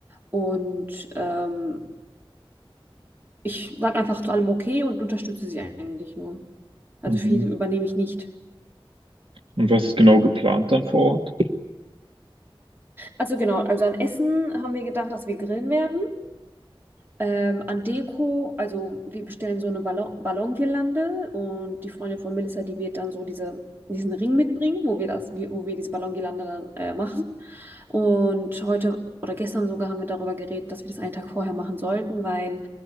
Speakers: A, on the right (about 20°); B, on the right (about 70°).
A: Und ähm, ich sage einfach zu allem okay und unterstütze sie eigentlich nur. Also
B: Mhm.
A: viel übernehme ich nicht.
B: Und was ist genau geplant dann vor Ort?
A: Also genau, also an Essen haben wir gedacht, dass wir grillen werden. Ähm, an Deko, also wir bestellen so eine Ballon Ballongirlande und die Freundin von Melissa, die wird dann so diese, diesen Ring mitbringen, wo wir das, wir- wo wir diese Ballongirlande dann äh, machen. Und heute oder gestern sogar haben wir darüber geredet, dass wir das einen Tag vorher machen sollten, weil